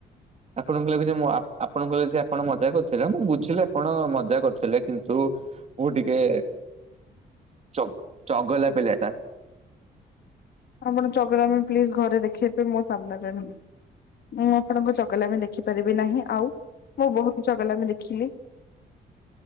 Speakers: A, on the right; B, on the left.
A: ଆପଣଙ୍କୁ ଲାଗୁଛି ମୁଁ ଆପ-ଆପଣଙ୍କୁ ଲାଗୁଛି ଆପଣ ମଜା କରୁଥିଲେ, ମୁଁ ବୁଝିଲି ଆପଣ ମଜା କରିୁଥିଲେ, କିନ୍ତୁ ମୁଁ ଟିକେ ଚ-ଚଗଲା ପିଲା।
B: ଆପଣ ଚଗଲାମି ପ୍ଲିଜ ଘରେ ଦେଖେଇବେ, ମୋ ସାମ୍ନାରେ ନୁହଁ। ମୁଁ ଆପଣଙ୍କ ଚଗଲାମି ଦେଖିପାରିବି ନାହିଁ, ଆଉ ମୁଁ ବହୁତ ଚାଗଲାମି ଦେଖିଲି।